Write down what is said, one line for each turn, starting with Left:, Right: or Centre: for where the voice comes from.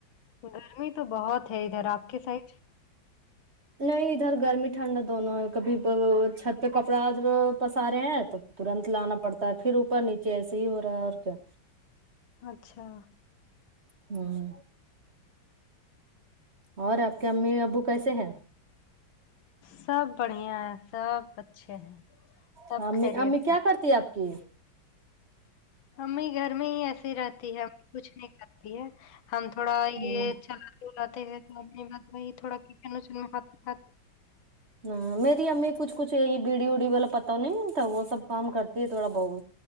Left: گرمی تو بہت ہے ادھر آپ کے سائڈ
Right: نہیں ادھر گرمی ٹھنڈا دونوں ہے کبھی چھت پہ کپڑا آج وہ پسا رہے ہیں تو ترنت لانا پڑتا ہے پھر اوپر نیچے ایسے ہی ہو رہا ہے اور کیا
Left: اچھا
Right: ہوں اور آپ کے امی ابو کیسے ہیں
Left: سب بڑھیا ہے سب اچھے ہیں سب
Right: ہ امی
Left: خیریت
Right: امی کیا کرتی ہے آپ کی
Left: امی گھر میں ہی ایسی رہتی ہے امی کچھ نہیں کرتی ہے ہم تھوڑا یہ
Right: ہ
Left: چلاتے ولاتے ہیں تو بات وہ تھوڑا کچن وچن میں ہات ھات
Right: ہوں میری امی کچھ کچھ یہ بیڑی ووڑی وال اپ پتا نہیں ملتا وہ سب کام کرتی ہے تھوڑا بہت